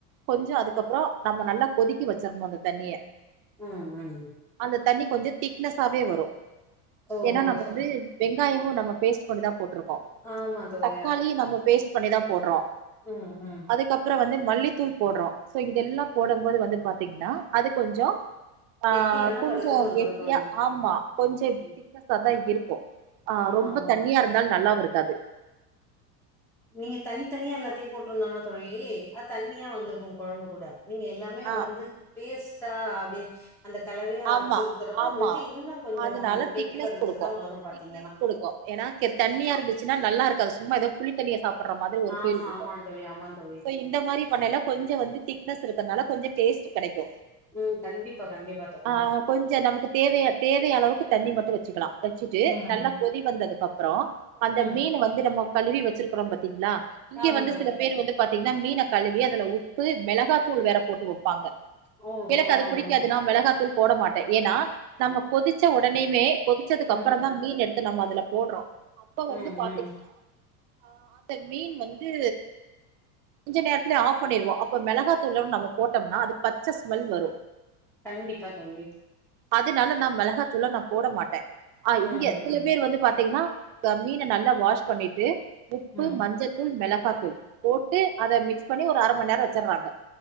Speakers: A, on the right; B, in the centre.
A: கொஞ்சோ அதுக்கப்ற நம்ம நல்லா கொதிக்க வச்ச சறன்னு அந்த தண்ணிய
B: ம் ம்
A: அந்த தண்ணி கொஞ்சோ திக்னஸாவே வரு
B: ஓஹோ
A: ஏன்னா நம்ம
B: சொ
A: வந்து வெங்காயமு நம்ம பேஸ்ட் பண்ணிதா போட்ருக்கோ
B: ஆமா தோழியா
A: தக்காளியு நம்ம பேஸ்ட் பண்ணிதா போடுறோ
B: ம் ம்
A: அதுக்கப்பற வந்து மல்லித்தூள் போடுறோ சோ இதெல்லா போட போது வந்து பாத் தீங்னா அது கொஞ்சோ ஆ
B: கெட்டியான
A: கொஞ்சோ
B: பதத்துக்கு வந்துரு
A: கெட்டியா
B: தோழி
A: ஆமா கொஞ்சோ
B: ம்
A: திக்னெஸ்ஸாதா இருக்கு ஆ
B: ஆமா
A: ரொம்ப
B: ஆமாம்
A: தண்ணியா இருந்தாலு நல்லாவு இருக்காது
B: நீங்க தனித்தனியா எல்லாத்தையு போட்டிருந்தனா தோழி அது தண்ணியா வந்திருக்கு கொழம்பு கூட நீங்க எல்லா குலே
A: ஆ
B: வந்து பேஸ்ட்டா ஆகி அந்த கலவைய
A: ஆமா
B: அரச்சு ஊத்துறப்ப
A: ஆமா
B: அது வந்து இன்னு கொஞ்சோ
A: அதனால
B: கெட்டி
A: திக்னஸ்
B: பதத்துக்கு
A: குடுக்கு
B: தா வரு பாத்தீங்கனா
A: திக்னஸ் குடுக்கு ஏன்னா தண்ணியா இருந்துச்சுனா நல்லாருக்காது சும்மா எதோ புளி தண்ணிய சாப் ற மாதிரி ஒரு
B: ஆமா
A: ஃபீல் இருக்கு
B: ஆமா தோழி ஆமா தோழி.
A: இந்த மாரி பண்ணல கொஞ்சோ வந்து திக்னஸ் இருக்கிறனால கொஞ்சோ டேஸ்ட் கெடைக்கு
B: ம் கண்டிப்பா கண்டிப்பா தோழி.
A: ஆ கொஞ்சோ நமக்கு தேவைய தேவைய அளவுக்கு தண்ணி மட்டு வச்சுக்கலா வச்சுட்டு
B: ம்.
A: நல்லா கொதி வந்ததுக்கு அப்பற அந்த
B: ம்.
A: மீன் வந் து நம்ம கழுவி வச்சிருக்குறோ பாத்தீங்ளா இங்க
B: ஆமா
A: வந்து
B: தோழி.
A: சில பேர் வந்து பாத்தீங்கனா மீன கழுவி அதுல உப்பு மெளகாத்தூள் வேற போட்டு வைப்பாங்க
B: ஓஹோ!
A: எனக்கு அது
B: ஆ
A: புடிக்காதுனா
B: ஆ.
A: மெளகாத்தூள் போட மாட்டே ஏன்னா நம்ம கொதிச்ச உடனேமே கொதிச்சதுக்கு அப்ற
B: ம்
A: தா மீன் எடுத்து நம்ம அதுல போடுறோ அப்ப வந்து
B: ம்
A: பாத்தீங்கனா
B: ம்.
A: ஆ அந்த மீன் வந்து கொஞ்சோ நேரத்லயே ஆஃப் பண்ணிருவோ அப்ப மெளகாத்தூளோட நம்ம போட்டம்னா அது பச்ச ஸ்மெல் வரு
B: கண்டிப்பா தோழி
A: அதுனால நா மெளகாத்தூள நா போட மாட்ட ஆ இங்க
B: ம்
A: சில
B: ம்.
A: பேர் வந்து பாத்தீங்னா த மீன நல்லா வாஷ் பண்ணிட்டு உப்பு
B: ம்.
A: மஞ்ச தூள் மெளகா தூள் போட்டு அத மிக்ஸ் பண்ணி ஒரு அர மணி நேர வச்சுடுறாங்க